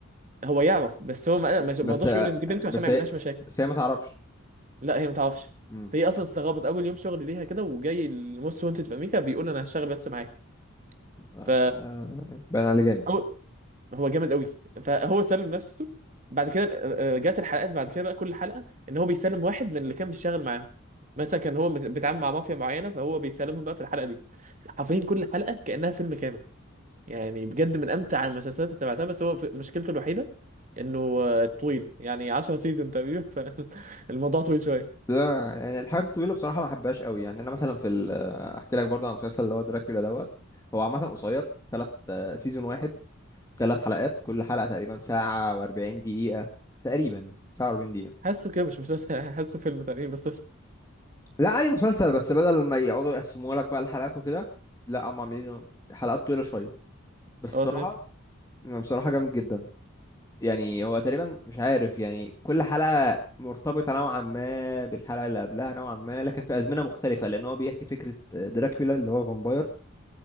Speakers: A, on the right; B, on the left.
A: هو يعرف بس هو ما ما
B: بس
A: ما رضاش يقول ان دي بنته
B: بس
A: عشان ما
B: هي
A: يعملهاش مشاكل
B: بس هي ما تعرفش
A: لا هي ما تعرفش
B: امم
A: فهي اصلا استغربت اول يوم شغل ليها كده وجاي الموست وانتد في امريكا بيقول انا هشتغل بس معاك
B: آه،
A: ف
B: آه، باين عليه جامد
A: أو- هو جامد قوي فهو سلم نفسه بعد كده آه، آه، جات الحلقات بعد كده بقى كل حلقه ان هو بيسلم واحد من اللي كان بيشتغل معاهم مثلا كان هو مت- بيتعامل مع مافيا معينه فهو بيسلمهم بقى في الحلقه دي حرفيا كل حلقه كانها فيلم كامل يعني بجد من امتع المسلسلات اللي تابعتها بس هو في- مشكلته الوحيده انه آه، طويل يعني 10 سيزون تقريبا فالموضوع <laughs> طويل شويه
B: لا يعني الحاجات الطويله بصراحه ما بحبهاش قوي يعني انا مثلا في ال- احكي لك برضه عن المسلسل اللي هو دراكولا دوت هو عامه قصير ثلاث سيزون واحد ثلاث حلقات كل حلقه تقريبا ساعه و40 دقيقه تقريبا ساعه و40 دقيقه
A: حاسه كده مش مسلسل <laughs> حاسه فيلم تقريبا بس قشطة.
B: لا عادي مسلسل بس بدل ما يقعدوا يقسموا لك بقى الحلقات وكده لا هم عاملينه حلقات طويلة شوية بس
A: اه
B: بصراحة
A: تمام
B: أنا بصراحة جامد جدا يعني هو تقريبا مش عارف يعني كل حلقة مرتبطة نوعا ما بالحلقة اللي قبلها نوعا ما لكن في أزمنة مختلفة لأن هو بيحكي فكرة دراكولا اللي هو فامباير